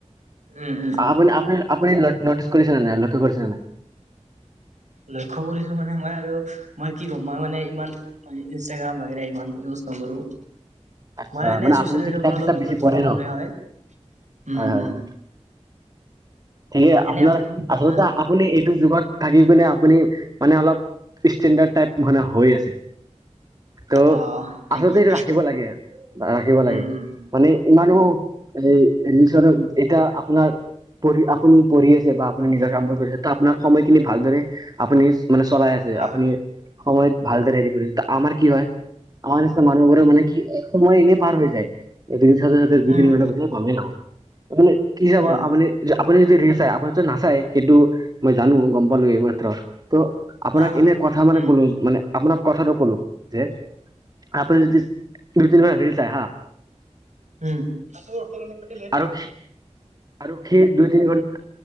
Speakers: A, on the right; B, on the right.
A: উম, উম, উম,
B: আপুনি- আপুনি আপুনি ন- নটিচ কৰিছে নে নাই? লক্ষ্য কৰিছে নে নাই?
A: লক্ষ্য কৰিছোঁ মানে মই আৰু মই কি ক'ম? মই মানে ইমান মই ইন্ষ্টাগ্ৰাম ৱাগেৰা ইমান ইউজ নকৰোঁ। মই
B: আচ্ছা
A: মানে ছচিয়েল
B: আপুনিতো
A: মিডিয়াৰ
B: কিতাপ
A: পৰা অলপ
B: চিতাপ
A: দূৰত
B: বেছি পঢ়ে
A: থকা মানুহে
B: ন?
A: হয়, উম
B: হয় হয়
A: উম।
B: হয় ঠিকে
A: এনে
B: আপোনাৰ
A: আপুনি
B: আচলতে
A: উম,
B: আপুনি এইটো যুগত থাকি পিনে আপুনি মানে অলপ ইষ্টেণ্ডাৰ্ড টাইপ মানে হৈ আছে। তো
A: অ' থেংক
B: আচলতে
A: ইউ,
B: এইটো ৰাখিব লাগে, ৰাখিব লাগে।
A: উম, উম,
B: মানে ইমানো সেই ৰিলছৰ এতিয়া আপোনাৰ পঢ়ি আপুনি পঢ়ি আছে বা আপুনি নিজৰ কামবোৰ কৰিছে, তো আপোনাৰ সময়খিনি ভালদৰে আপুনি মানে চলাই আছে,
A: হয়,
B: আপুনি সময়ত ভালদৰে হেৰি কৰিছে। আমাৰ কি হয় আমাৰ নিচনা মানুহবোৰে মানে কি এ সময় এনে পাৰ হৈ যায়। এ ৰিল চাওতে চাওতে দুই
A: উম,
B: তিনি ঘণ্টা গুচি যাব গমে নাপাওঁ। এ মানে কি চাব
A: উম,
B: আপুনি আপুনি যদি ৰিল চায়, আপুনি যদি নাচায় সেইটো মই জানোঁ, গম পালোঁ এই মাত্ৰ, তো আপোনাক
A: হা, হা,
B: এনে কথা মানে
A: উম,
B: কলো, মানে আপোনাক কথাটো কলো যে আপুনি যদি দুই তিনিটা ৰিল চায় হা,
A: উম, <unintelligible>
B: আৰু আৰু সেই দুই তিনি ঘণ্